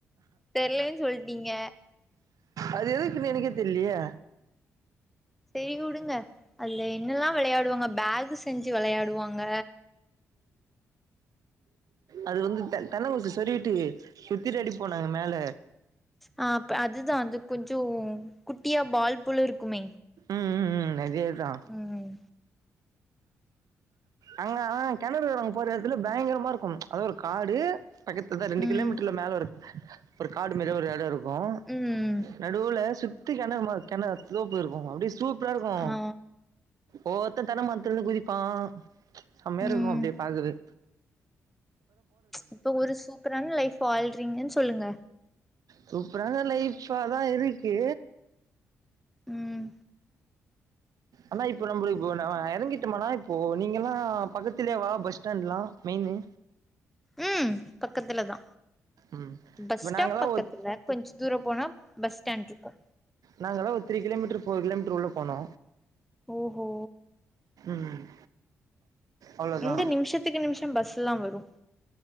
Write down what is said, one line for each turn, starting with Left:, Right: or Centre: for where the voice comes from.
Centre: தெர்லேன் சொல்லிட்டீங்க
Right: அது எதுக்குன்னு எனக்கே தெர்லியே
Centre: சேரி உடுங்க அதுல என்னல்லா விளையாடுவாங்க பேக் செஞ்சு வெளையாடுவாங்க
Right: அது வந்து தென் தென்ன குச்சி சொரிகிட்டு சுத்திலா அடிப்போ நாங்க மேல
Centre: ஆ அப் அதுதா அது கொஞ்சோ குட்டியா பால் போலருக்குமே
Right: ம் ம் ம் அதேதா
Centre: ம்
Right: அங்க ஆ கெணறு நாங்க போற எடத்துல பயங்கரமாருக்கு அதாது ஒரு காடு பக்கத்து தா ரெண்டு
Centre: ம்
Right: கிலோமீட்டர்ல மேல ஒரு ஒரு காடு மேரி ஒரு எடோருக் க்கு
Centre: ம்
Right: நடுவுல சுத்தி கெணறு மா கெண தோப்புருக்கு அப்டி சூப்பராருக்கு
Centre: ஆ
Right: ஒவ்வொருத்த தென்ன மரத்துலருந்து குதிப்பா செம்மையாருக்கு
Centre: ம்
Right: அப்டியே பாக்குது
Centre: இப்ப ஒரு சூப்பரான லைஃப் வாழ்றீங்கன்னு சொல்லுங்க
Right: சூப்பரான லைஃப்பாதா இருக்கு
Centre: ம்
Right: ஆனா இப்போ நம்ளுக்கு உன்ன எறங்கிட்டோமனா இப்போ நீங்கல்லா பக்கத்திலேவா பஸ் ஸ்டாண்ட்லா மெயின்னு
Centre: ம் பக்கத்துல தா
Right: ம்
Centre: பஸ்
Right: இப்ப
Centre: ஸ்டாப்
Right: நாங்கல்லா
Centre: பக்கத்துல
Right: ஒரு
Centre: கொஞ்சோ தூரோ போனா பஸ் ஸ்டாண்ட்ருக்கு
Right: நாங்கள்ல்லா ஒரு த்ரீ கிலோமீட்டரு ஃபோர் கிலோமீட்டரு உள்ள போனு
Centre: ஓஹோ
Right: ம் அவ்ளோதா
Centre: இங்க நிமிஷத்துக்கு நிமிஷோ பஸ்ல்லா வரு